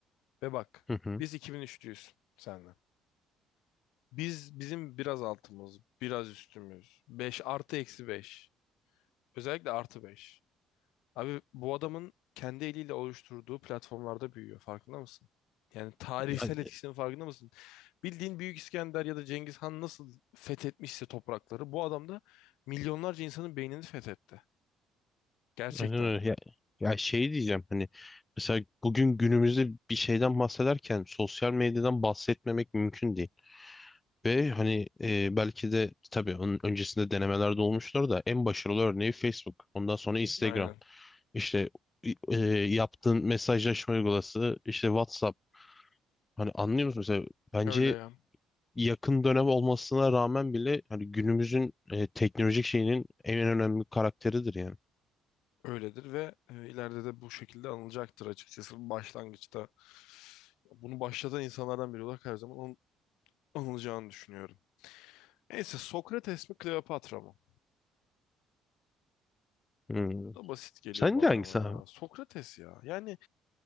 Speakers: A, on the left; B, on the left.
A: Ve bak
B: Hı hı.
A: biz 2003'lüyüz senle. Biz bizim biraz altımız, biraz üstümüz. 5 artı eksi 5. Özellikle artı beş Abi bu adamın kendi eliyle oluşturduğu platformlarda büyüyor. Farkında mısın? Yani tarihsel
B: Ya,
A: etkisinin farkında mısın? Bildiğin Büyük İskender ya da Cengiz Han nasıl fethetmişse toprakları bu adam da milyonlarca insanın beynini fethetti. Gerçekten.
B: aynen öyle. Ya, ya şey diyeceğim hani mesela bugün günümüzde bir şeyden bahsederken sosyal medyadan bahsetmemek mümkün değil. Ve hani eee, belki de tabii onun öncesinde denemelerde olmuştur da en başarılı örneği Facebook. Ondan sonra Instagram.
A: Aynen.
B: İşte e, yaptığın mesajlaşma uygulaması, işte WhatsApp. Hani anlıyor musun? Mesela bence
A: Öyle ya.
B: yakın dönem olmasına rağmen bile hani günümüzün e, teknolojik şeyinin en önemli karakteridir yani.
A: Öyledir ve e, ileride de bu şekilde anılacaktır açıkçası. Başlangıçta bunu başlatan insanlardan biri olarak her zaman anı- anılacağını düşünüyorum. Neyse Sokrates mi Kleopatra mı?
B: Hmm.
A: Bu da basit geliyor
B: Sence
A: bana
B: hangisi
A: ama ya.
B: abi?
A: Sokrates ya. Yani